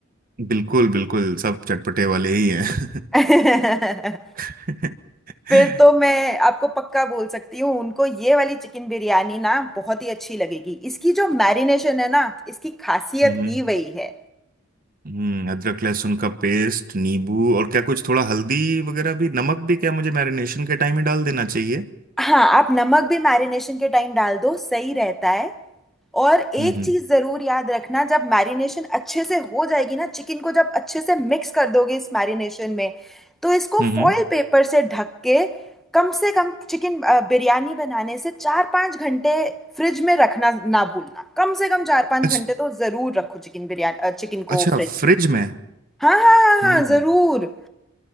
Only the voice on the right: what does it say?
बिल्कुल बिल्कुल सब चटपटे वाले ही हैं
<laughs>
हम्म
हम्म अदरक लहसुन का पेस्ट नींबू और क्या कुछ थोड़ा हल्दी वगैरह भी नमक भी क्या मुझे मैरिनेशन के टाइम ही डाल देना चाहिए
हम्म हम्म
हम्म
हम्म,
अच्छा
अच्छा
फ्रिज
में
हम्म